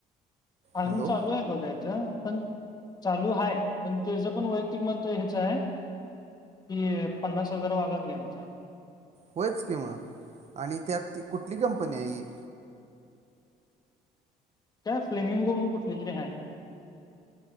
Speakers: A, on the left; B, on the right.
A: अजून
B: हॅलो
A: चालू आहे. बघायचं पण चालू हाय. पण त्याच पण वैयक्तिक मत घे चाय कि एक पन्नास हजारा वालाच घ्यायचा
B: होयच कि म आणि त्यात ती कुठली कंपनी हाय? हि
A: काय फ्लेमिंगो म्हणून कुठली तरी हाय?